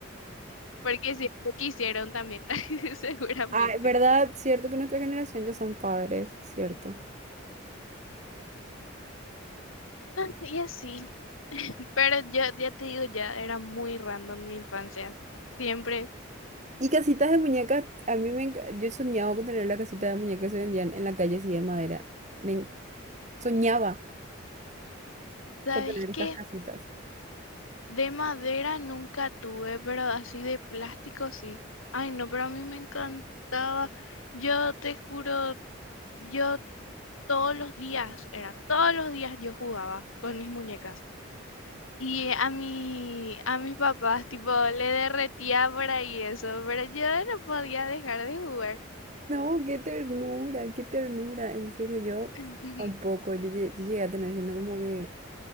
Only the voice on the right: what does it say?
Ay, ¿verdad? Cierto que nuestra generación ya son padres, cierto.
Y casitas de muñecas, a mí me... enc- Yo soñaba con tener la casita de muñecas que se vendían en la calle así de madera. Me en- soñaba
con tener esas
casitas.
No, qué ternura, qué ternura. En serio, yo
tampoco. Yo lle- yo llegué a tener así una como que